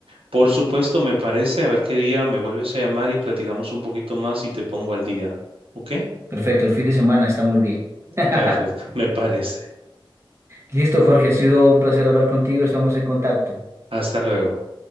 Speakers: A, on the right; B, on the right.
A: Por supuesto, me parece, a ver qué día me vuelves a llamar y platicamos un poquito más y te pongo al día. ¿Ok?
B: Perfecto, el fin de semana está muy bien. <laughs>
A: Perfecto, <laughs> me parece.
B: Listo, Jorge, ha sido un placer hablar contigo, estamos en contacto.
A: Hasta luego.